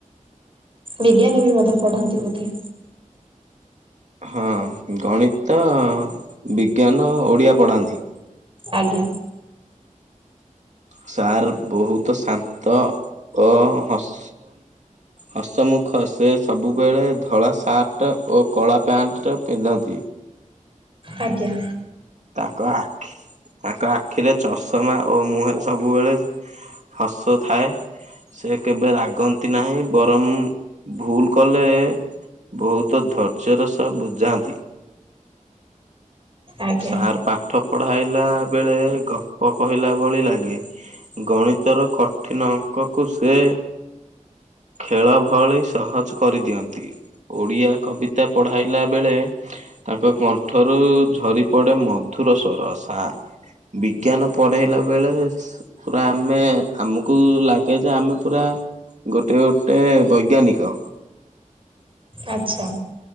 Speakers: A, on the right; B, on the right.
A: ବିଜ୍ଞାନୀ ବି ବୋଧେ ପଢାନ୍ତି ବୋଧେ
B: ହଁ ଗଣିତ ବିଜ୍ଞାନ ଓଡ଼ିଆ ପଢ଼ାନ୍ତି।
A: ଆଜ୍ଞା।
B: ସାର ବହୁତ ଶାନ୍ତ ଓ ହସ। ହସମୁଖ ସେ ସବୁବେଳେ ଧଳା ସାର୍ଟ ଓ କଳା ପ୍ୟାଣ୍ଟ ପିନ୍ଧନ୍ତି।
A: ଆଜ୍ଞା।
B: ତାଙ୍କ ଆଖି ତାଙ୍କ ଆଖିରେ ଚଷମା ଓ ମୁହଁରେ ସବୁବେଳେ ଶସ ଥାଏ। ସେ କେବେ ରାଗନ୍ତି ନାହିଁ ବରଂ ଭୁଲ କଲେ ବହୁତ ଧୈର୍ଯ୍ୟର ସହ ବୁଝାନ୍ତି
A: ଆଜ୍ଞା
B: ସାର ପାଠ ପଢାଇଲା ବେଳେ ଗପ କହିଲା ଭଳି ଲାଗେ ଗଣିତର କଠିନ ଅଙ୍କକୁ ସେ ଖେଳ ଭଳି ସହଜ କରିଦିଅନ୍ତି। ଓଡିଆ କବିତା ପଢାଇଲା ବେଳେ ତାଙ୍କ କ ଠରୁ ଝରି ପଡେ ମଧୁର ସରସା ବିଜ୍ଞାନ ପଢେଇଲା ବେଳେ ପୁରା ଆମେ ଆମକୁ ଲାଗେ ଯେ ଆମେ ପୁରା ଗୋଟେ ଗୋଟେ ବୈଜ୍ଞାନିକ
A: ଆଚ୍ଛା